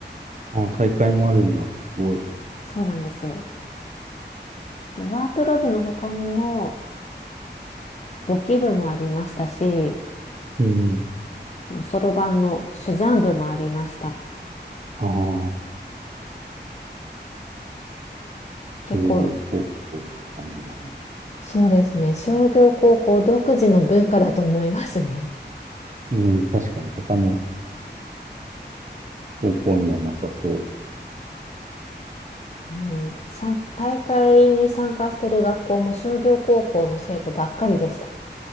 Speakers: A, on the right; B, on the left.
A: ああ、大会もあるんだ。すごい。
B: そうなんですよ。で、ワープロ部の他にも、簿記部もありましたし、
A: うん。
B: そのそろばんの珠算部もありました。
A: ああ、
B: 結構
A: 商業高校って感じだね。
B: そうですね。商業高校独自の文化だと思いますね。
A: うん。確かに他の高校にはなさそ
B: うん、さん大会に参加してる学校も商業高校の生徒ばっかりでした。